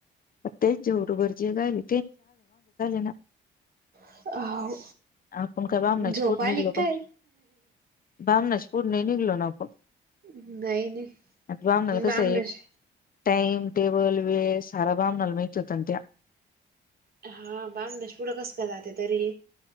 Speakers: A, on the left; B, on the right.
A: <unintelligible> चाले ना
B: हा हो
A: आपण का बामनाचा
B: झोप
A: पोटी
B: आली
A: निघलो का?
B: काय
A: बामनाच्या पोटी नाही निघलो ना आपण?
B: नाही नाही
A: बामणाला
B: बामनश
A: कस आहे टाइम टेबल वेस्ट सारं बामनाला माहित होतं ना त्यात.
B: हा बामनयचंयपुढं कस का जाते तरी.